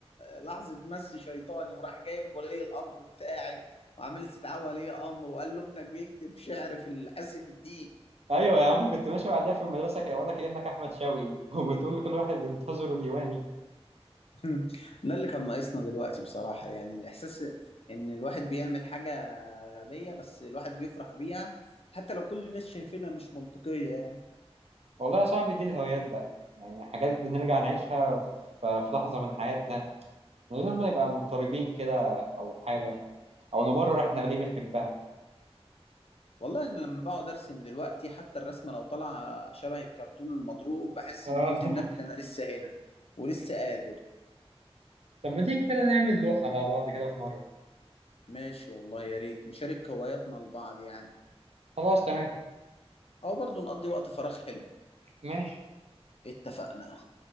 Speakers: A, on the left (about 65°); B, on the right (about 75°).
A: لحظه مس شيطاني وراح جايب ولي الامر بتاعي وعمل استدعاء ولي امر وقال له ابنك بيكتب شعر في حصه الدين
B: أيوة يا عم كنت ماشي بعديها في المدرسة كده ولا كأنك أحمد شوقي <laughs> وبتقول لكل واحد انتظروا ديواني
A: مم. ده اللي كان ناقصنا دلوقتي بصراحة يعني الإحساس إن الواحد بيعمل حاجة غبية بس الواحد بيفرح بيها حتى لو كل الناس شايفينها مش منطقية يعني
B: والله يا صاحبي دي الهوايات بقى يعني حاجات بنرجع نعيشها ف- في لحظة من حياتنا من غير ما نبقى مضطربين كده أو حاجة أو نمرر إحنا ليه بنحبها
A: والله أنا لما بقعد أرسم دلوقتي حتى الرسمة لو طالعة شبه الكرتون المضروب بحس
B: آه.
A: إني قلت
B: <laughs>
A: لنفسي أنا لسه هنا ولسه قادر
B: طب ما تيجي كده نعمل لوحة مع بعض كده في مرة
A: ماشي والله يا ريت نشارك هواياتنا لبعض يعني
B: خلاص تمام
A: أو برضو نقضي وقت فراغ حلو
B: ماشي
A: اتفقنا